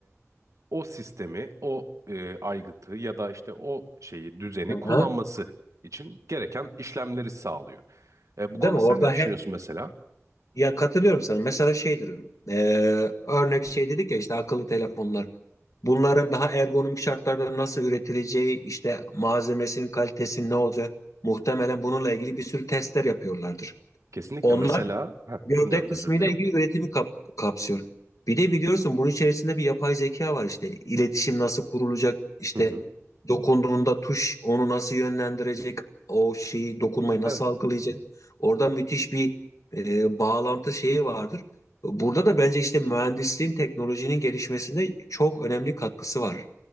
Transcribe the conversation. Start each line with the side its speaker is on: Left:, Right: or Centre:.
Right: o sistemi, o e, aygıtı ya da işte o şeyi, düzeni
Left: Hı-hı.
Right: kullanması için gereken işlemleri sağlıyor. E, bu
Left: Değil
Right: konuda
Left: mi? Orada
Right: sen ne düşünüyorsun
Left: hem
Right: mesela?
Left: Ya katılıyorum sana. Mesela şeydir. e, örnek şey dedik ya işte akıllı telefonlar. Bunların daha ergonomik şartlarda nasıl üretileceği, işte malzemesinin kalitesinin ne olacağı muhtemelen bununla ilgili bir sürü testler yapıyorlardır.
Right: Kesinlikle
Left: Onlar
Right: mesela, Heh,
Left: gövde
Right: dinliyorum
Left: kısmıyla
Right: özür dilerim.
Left: ilgili üretimi kap- kapsıyor. Bir de biliyorsun bunun içerisinde bir yapay zeka var işte. İletişim nasıl kurulacak? İşte
Right: Hı hı.
Left: dokunduğunda tuş onu nasıl yönlendirecek? O şeyi dokunmayı nasıl
Right: Evet.
Left: algılayacak? Orada müthiş bir e, bağlantı şeyi vardır. Burada da bence işte mühendisliğin, teknolojinin gelişmesinde çok önemli katkısı var.